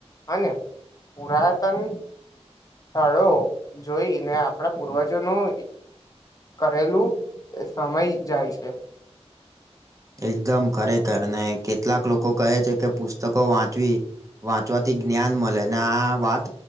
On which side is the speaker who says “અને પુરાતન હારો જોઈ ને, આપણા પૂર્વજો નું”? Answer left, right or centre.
Left